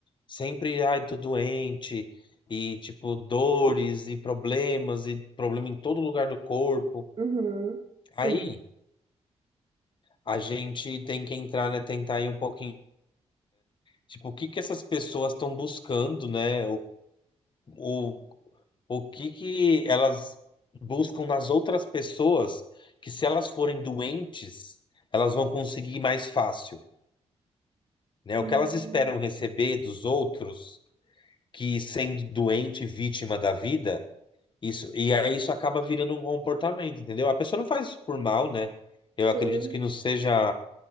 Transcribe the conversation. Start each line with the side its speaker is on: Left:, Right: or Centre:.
Left: sempre, ai, tô doente, e tipo, dores e problemas, e problema em todo lugar do corpo.
Right: Uhum, sim,
Left: Aí a gente tem que entrar, né, tentar ir um pouquinho, tipo, o que que essas pessoas estão buscando, né? O, o, o que que elas buscam nas outras pessoas, que se elas forem doentes, elas vão conseguir mais fácil. Né?
Right: hum,
Left: O que elas esperam receber dos outros que sendo doente, vítima da vida, isso, e aí isso acaba virando um comportamento, entendeu? A pessoa não faz isso por mal, né? Eu
Right: sim,
Left: acredito que não seja